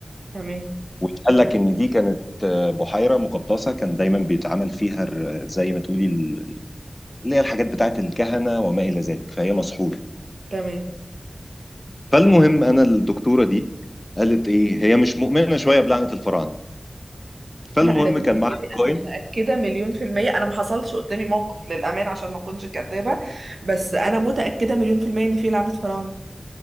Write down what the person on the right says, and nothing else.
تمام
تمام
لا انا بالنسبه
لي
انا متاكده مليون في الميه انا ما حصلش قدامي موقف للامانه عشان ما اكونش كدابه بس انا متاكده مليون في الميه ان في لعنه فراعنه